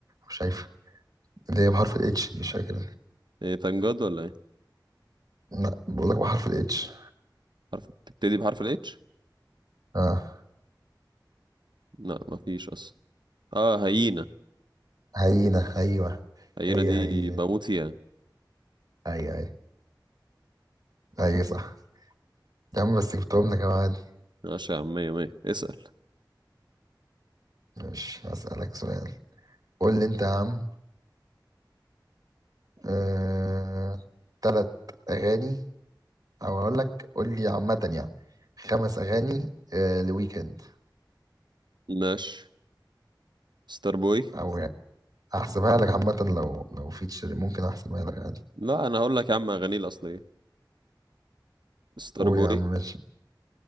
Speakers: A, on the right (about 50°); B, on the right (about 70°).
A: مش شايفه اللي هي بحرف الاتش دي مش فاكر
B: ايه تنجد ولا ايه
A: لا بقول لك بحرف الاتش
B: حرف بتبتدي بحرف الاتش
A: اه
B: لا مفيش اصلا اه هيينة
A: هينه ايوه
B: هيينة
A: هي
B: دي
A: هي
B: بموت فيها
A: اي اي اي صح يا عم بس جبتهم لك يا عادي
B: ماشي يا عم مية مية اسأل
A: مش هسألك سؤال قول لي انت يا عم آه... تلات اغاني او اقول لك قول لي عامه يعني خمس اغاني آه لويكند
B: ماشي ستار بوي
A: او يعني احسبها لك عامه لو لو فيتشر ممكن احسبها لك عادي
B: لا انا هقول لك يا عم اغانيه الاصلية ستار
A: قول
B: بوي
A: يا عم ماشي